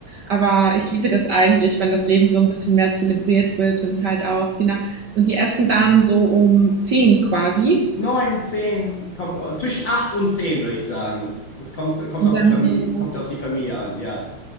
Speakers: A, on the right; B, on the left.
A: Aber ich liebe das eigentlich, wenn das Leben so ein bisschen mehr zelebriert wird und halt auch die Nacht. Und die essen dann so um 10 quasi.
B: Neun, zehn, kommt zwischen acht und zehn, würde ich sagen. Es kommt, kommt
A: Und
B: auf
A: dann
B: die Familie,
A: so
B: kommt auf die Familie an, ja.